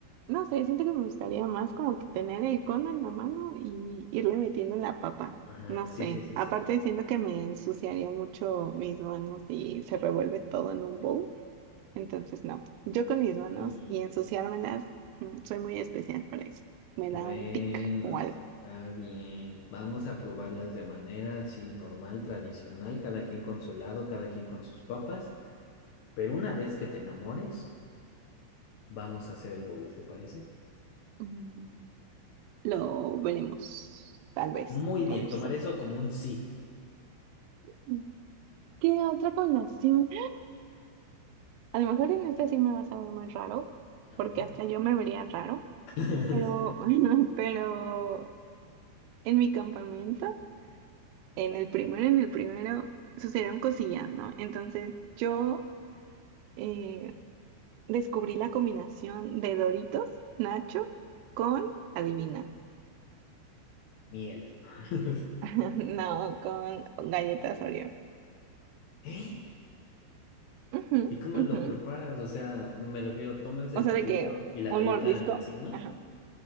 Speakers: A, on the right; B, on the left.
A: No sé, siento que me gustaría más como que tener el cono en la mano y irle metiendo la papa.
B: Ajá,
A: No sé.
B: sí, sí, sí,
A: Aparte
B: sí.
A: siento que me ensuciaría mucho mis manos y se revuelve todo en un bowl. Entonces no. Yo con mis manos
B: Y
A: y ensuciármelas, mm, soy muy especial para eso. Me
B: bueno,
A: da un tic o algo.
B: está bien. Vamos a probarlas de manera así normal, tradicional, cada quien con su helado, cada quien con sus papas. Pero una vez que te enamores, vamos a hacer el bowl, ¿te parece?
A: Mm, Lo veremos. Tal vez.
B: Muy
A: No
B: bien,
A: lo
B: tomar
A: sé.
B: eso como un sí.
A: Mm. ¿Qué otra combinación? A lo mejor en esta sí me vas a ver muy raro,
B: A
A: porque
B: ver.
A: hasta yo me vería raro.
B: <laughs>
A: Pero, <laughs> pero en mi campamento, en el primero, en el primero, sucedieron cosillas, ¿no? Entonces yo eh, descubrí la combinación de Doritos, Nacho, con, adivina,
B: Miel. <laughs>
A: <laughs> no, con galletas Oreo.
B: ¿Eh?
A: Ujú,
B: ¿Y cómo lo
A: ujú.
B: preparas? O sea, me refiero, tomas el
A: O sea,
B: dorito
A: de que
B: y la
A: un
B: galleta
A: mordisco,
B: encima.
A: ajá.